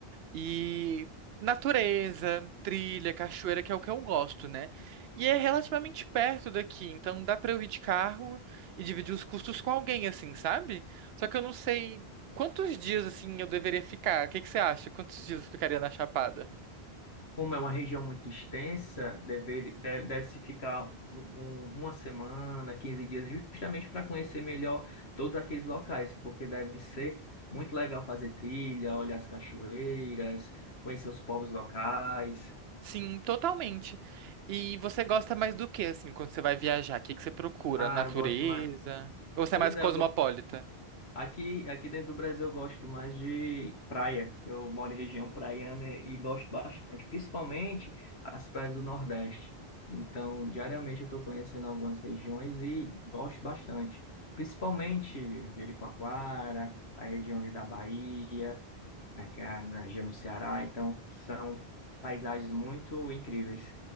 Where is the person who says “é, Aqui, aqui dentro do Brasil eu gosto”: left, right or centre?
Left